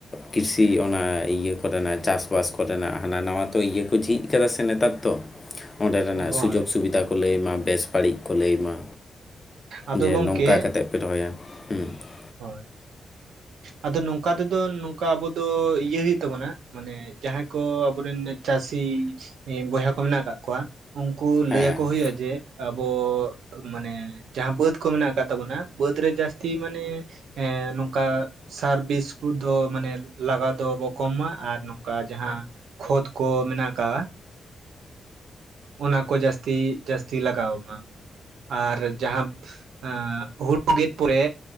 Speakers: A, on the left; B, on the right.
A: ᱠᱨᱤᱥᱤ ᱚᱱᱟ ᱤᱭᱟᱹ ᱠᱚᱨᱮᱱᱟᱜ ᱪᱟᱥ ᱵᱟᱥ ᱠᱚᱨᱮᱱᱟᱜ ᱦᱟᱱᱟ ᱱᱟᱣᱟ ᱛᱚ ᱤᱭᱟᱹ ᱠᱚ ᱡᱷᱤᱡ ᱠᱟᱫᱟ ᱥᱮ ᱱᱮᱛᱟᱨ ᱛᱚ ᱚᱸᱰᱮᱱᱟᱜ
B: ᱦᱳᱭ
A: ᱥᱩᱡᱳᱜᱽ ᱥᱩᱵᱤᱫᱷᱟ ᱠᱚ ᱞᱟᱹᱭᱢᱟ ᱵᱮᱥ ᱵᱟᱹᱲᱤᱡ ᱠᱚ ᱞᱟᱹᱭᱢᱟ
B: ᱟᱫᱚ
A: ᱡᱮ
B: ᱜᱚᱢᱠᱮ
A: ᱱᱚᱝᱠᱟ ᱠᱟᱛᱮ ᱯᱮ ᱨᱚᱦᱚᱭᱟ ᱦᱮᱸ ᱾
B: ᱦᱳᱭ ᱟᱫᱚ ᱱᱚᱝᱠᱟ ᱛᱮᱫᱚ ᱱᱚᱝᱠᱟ ᱟᱵᱚ ᱫᱚ ᱤᱭᱟᱹ ᱦᱩᱭᱩᱜ ᱛᱟᱵᱚᱱᱟ ᱢᱟᱱᱮ ᱡᱟᱦᱟᱸᱭ ᱠᱚ ᱟᱵᱚᱨᱮᱱ ᱪᱟᱹᱥᱤ ᱵᱚᱭᱦᱟ ᱠᱚ ᱢᱮᱱᱟᱜ ᱟᱠᱟᱫ ᱠᱚᱣᱟ ᱩᱱᱠᱩ
A: ᱦᱮᱸ
B: ᱞᱟᱹᱭ ᱟᱠᱚ ᱦᱩᱭᱩᱜᱼᱟ, ᱡᱮ ᱟᱵᱚ ᱢᱟᱱᱮ ᱡᱟᱦᱟᱸ ᱵᱟᱹᱫᱽ ᱠᱚ ᱢᱮᱱᱟᱜ ᱟᱠᱟᱫ ᱛᱟᱵᱚᱱᱟ ᱵᱟᱹᱫᱽ ᱨᱮ ᱡᱟᱹᱥᱛᱤ ᱢᱟᱱᱮ ᱮ ᱱᱚᱝᱠᱟ ᱥᱟᱨ ᱵᱷᱤᱥ ᱠᱚᱫᱚ ᱢᱟᱱᱮ ᱞᱟᱜᱟᱣ ᱫᱚᱵᱚ ᱠᱚᱢᱟ ᱟᱨ ᱱᱚᱝᱠᱟ ᱡᱟᱦᱟᱸ ᱠᱷᱚᱛ ᱠᱚ ᱢᱮᱱᱟᱜ ᱟᱠᱟᱜᱼᱟ ᱚᱱᱟ ᱠᱚ ᱡᱟᱹᱥᱛᱤ ᱡᱟᱹᱥᱛᱤ ᱞᱟᱜᱟᱣᱢᱟ ᱟᱨ ᱡᱟᱦᱟᱸ ᱦᱩᱲᱩ ᱜᱮᱫ ᱯᱚᱨᱮ